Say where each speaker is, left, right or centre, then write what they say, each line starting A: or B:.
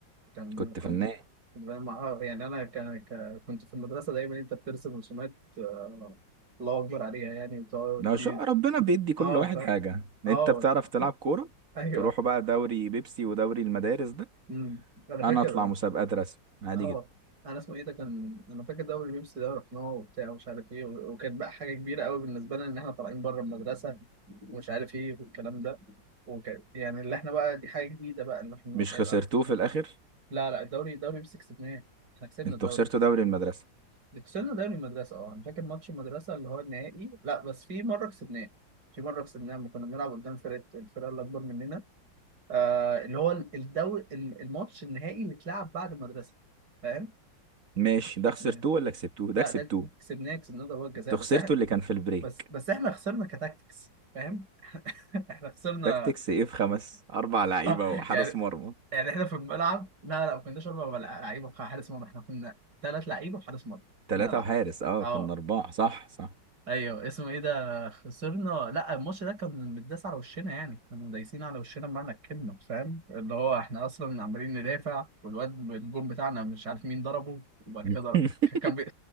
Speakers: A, on the right; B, on the right.
A: كان
B: كنت
A: كنت
B: فنان
A: كنت فاهم مع- يعني انا كان ك- كنت في المدرسة دايما انت بترسم رسومات آه، الله اكبر عليها يعني وتقعد
B: لو
A: تي-
B: شاء ربنا بيدي كل
A: اه
B: واحد
A: ف...
B: حاجة
A: اه
B: انت بتعرف تلعب كورة
A: ايوه
B: تروحوا بقى دوري بيبسي ودوري المدارس ده
A: امم انا فاكر
B: انا اطلع
A: اه
B: مسابقات رسم عادي
A: آه،
B: جدا
A: انا اسمه ايه ده كان انا فاكر دوري بيبسي ده رحناه وبتاع ومش عارف ايه و- وكانت بقى حاجة كبيرة قوي بالنسبة لنا ان احنا طالعين بره المدرسة ومش عارف ايه والكلام ده وكان يعني اللي احنا بقى دي حاجة جديدة بقى ان احنا
B: مش
A: هيبقى-
B: خسرتوه في الاخر
A: لا لا الدوري الدوري بيبسي كسبناه احنا كسبنا
B: انتوا
A: الدوري
B: خسرتوا دوري المدرسة
A: ده كسبنا دوري المدرسة اه انا فاكر ماتش المدرسة اللي هو النهائي لا بس في مرة كسبناه في مرة كسبناه لما كنا بنلعب قدام فرقة الفرقة اللي أكبر مننا آه اللي هو الدوري الماتش النهائي اللي اتلعب بعد المدرسة فاهم؟
B: ماشي
A: مش
B: ده خسرتوه
A: م-
B: ولا كسبتوه
A: لا
B: ده كسبتوه
A: ده اللي كسبناه كسبناه ضربات جزاء
B: انتوا
A: بس
B: خسرتوا
A: احنا
B: اللي كان في البريك
A: بس بس احنا خسرنا كتاكتكس فاهم؟ <laughs> احنا خسرنا
B: تاكتكس ايه في خمس اربع لعيبة
A: آه
B: وحارس
A: يعني
B: مرمى
A: يعني احنا في الملعب لا لا ما كناش أربع لعيبة وحارس مرمى احنا كنا ثلاث لعيبة وحارس مرمى
B: ثلاثة
A: كنا لا
B: وحارس اه
A: اه
B: كنا اربعة صح صح
A: ايوه اسمه ايه ده خسرنا لا الماتش ده كان متداس على وشنا يعني كانوا دايسين على وشنا بمعنى الكلمه فاهم اللي هو احنا اصلا عمالين ندافع والواد الجون بتاعنا مش عارف مين ضربه وبعد
B: <laughs>
A: كده ضرب. كان كان بي...